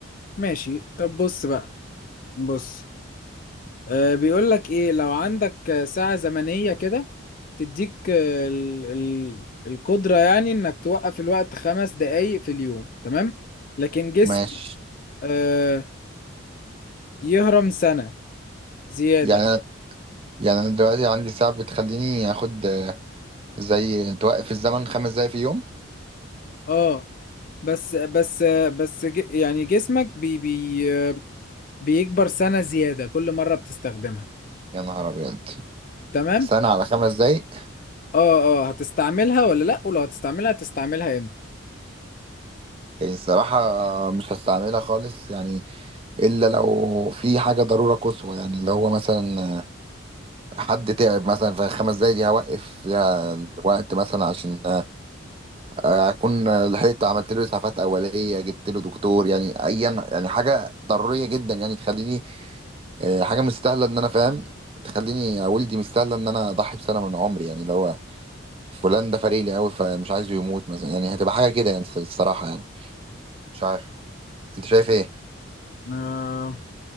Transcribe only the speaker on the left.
ماشي طب بص بقى بص آه، بيقول لك ايه لو عندك آه، ساعه زمنيه كده تديك آه، ال ال القدره يعني انك توقف الوقت خمس دقايق في اليوم تمام لكن جسم
آه، يهرم سنه زياده
اه بس بس بس ج- يعني جسمك بي بي بيكبر سنة زيادة كل مرة بتستخدمها
تمام
اه اه هتستعملها ولا لا ولو هتستعملها هتستعملها
امتى